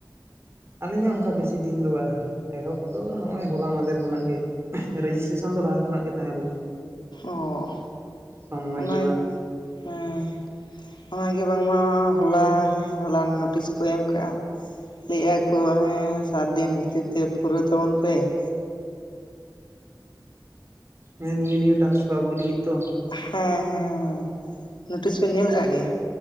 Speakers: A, on the right; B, on the left.
A: ᱟᱹᱞᱤᱧᱟᱜ ᱚᱱᱠᱟ ᱵᱮᱥᱤ ᱫᱤᱱ ᱫᱚ ᱵᱟᱝ ᱮᱦᱚᱵ ᱫᱚ ᱱᱚᱦᱚᱭ ᱦᱚᱞᱟ ᱢᱟᱫᱷᱮᱨ ᱠᱷᱚᱱᱟᱜ ᱜᱮ ᱾ ᱨᱮᱡᱤᱥᱴᱨᱮᱥᱚᱱ ᱫᱚ ᱞᱟᱦᱟ ᱠᱷᱚᱱᱟᱜ ᱜᱮ ᱛᱟᱦᱮᱸ ᱞᱮᱱᱟ
B: ᱚ
A: ᱥᱚᱢᱚᱭ
B: ᱚᱱᱟ
A: ᱜᱮ ᱵᱟᱝ ᱾
B: ᱦᱮᱸ ᱾ ᱚᱱᱟ ᱜᱮ ᱵᱟᱝᱢᱟ ᱦᱚᱞᱟ ᱦᱮᱸ ᱦᱚᱞᱟ ᱱᱳᱴᱤᱥ ᱠᱚ ᱮᱢ ᱟᱠᱟᱜᱼᱟ ᱾ ᱞᱟᱹᱭᱮᱫ ᱟᱠᱚ ᱦᱮᱸ ᱥᱟᱛ ᱫᱤᱱ ᱵᱷᱤᱛᱤᱨ ᱛᱮ ᱯᱩᱨᱟᱹᱣ ᱛᱟᱵᱚᱱ ᱯᱮ ᱾
A: ᱦᱮᱸ ᱱᱤᱭᱟᱹ ᱱᱤᱭᱟᱹ ᱴᱟᱠᱥ ᱠᱚ ᱟᱹᱜᱩᱭ ᱞᱟᱹᱜᱤᱫ ᱛᱚ ᱾
B: ᱦᱮᱸ ᱦᱮᱸ ᱦᱮᱸ ᱾ ᱱᱳᱴᱤᱥ ᱵᱮᱱ ᱧᱮᱞ ᱟᱠᱟᱜ ᱜᱮᱭᱟ?